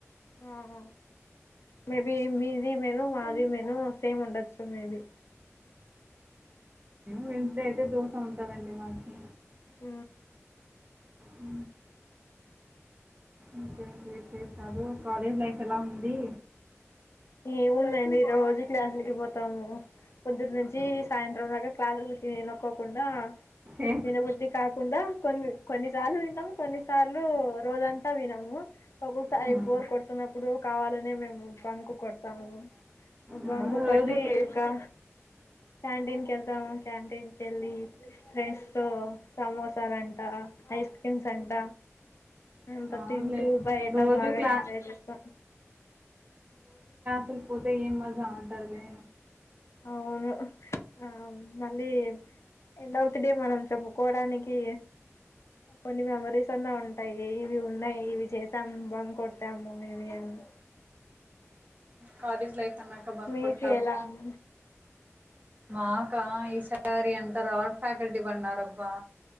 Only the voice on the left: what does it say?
ఆహ మేబి మీది మేను మాది మేను సేమ్ ఉండొచ్చు మేబి
ఊ
ఏవునండి రోజు క్లాసులకి పోతాము పొద్దున్న నుంచి సాయంత్రం దాకా క్లాసులకి ఇనక్కోకుండా
ఇన బుద్ధి కాదు కుడా కొన్ని కొన్నిసార్లు వింటాము కొన్నిసార్లు రోజంతా వినము ఒక్కొక్కసారి
బోర్ కొడుతున్నప్పుడు కావాలనే మేము బంకు కొడతాము బాంకు
కొట్టి
ఇంకా క్యాంటీన్ కెళ్తాము క్యాంటీన్ కెళ్ళి ఫ్రెండ్స్ తో సమోసాలంట ఐస్ క్రీమ్స్ అంట ఉ కొట్టి
టూ బై ఏటా
బాగా
ఎంజాయ్ చేస్తాం
అవును ఆ మళ్ళీ ఎండ్ ఆఫ్ ది డే మనం చెప్పుకోడానికి కొన్ని మెమరీస్ అన్నా ఉంటాయి ఇవి ఉన్నాయి ఇవి చేసాము బం కొట్టాము ఇవి అని
మీకు
ఎలా ఉం